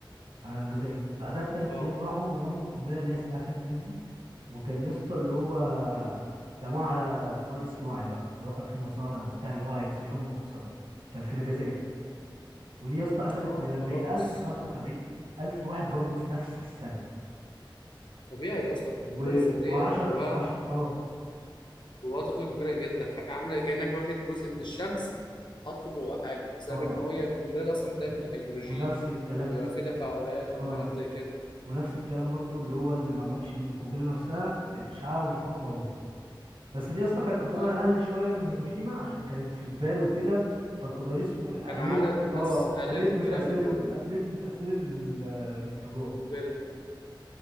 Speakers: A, on the right; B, on the left.
A: على نجازاكي بعدها بثلاث
B: اه
A: ايام راحوا رموا القنبله اللي هي اسمها فات مندي وكان يا اسطى اللي هو رموها على وادي صناعي بقى اللي هو كان فيه مصانع وبتاع اللي هو هينسفوا لهم اقتصادهم كان في نجازاكي ودي يا اسطى قتلت
B: اه
A: من 40000
B: خلاص
A: ل 75000 واحد برضه في نفس الثانيه
B: طبيعي يا اسطى القنبله
A: و10
B: الذريه جواها
A: و10 اه
B: جواها طاقه كبيره جدا حاجه عامله كانك واخد جزء من الشمس حاطه جوه حاجه بسبب
A: اه
B: ان هي القنبله دي اصلا بتعمل بالهيدروجين
A: ونفس الكلام
B: بيبقى
A: يا اسطى
B: فيه تفاعلات
A: اه
B: وكلام زي كده
A: ونفس الكلام برضو اللي هو اللي ما ماتش من القنبله نفسها الاشعاع والحروق موته بس دي يا اسطى كانت اضرارها
B: آه،
A: اقل شويه من هيروشيما عشان كانت في جبال وكده فالتضاريس و- قللت
B: كان عدد ناس
A: اه
B: قالت
A: قللت
B: الكلام
A: من تاثير
B: ده كله
A: ال... قللت من تاثير ال... ال- الانفجار
B: قنبله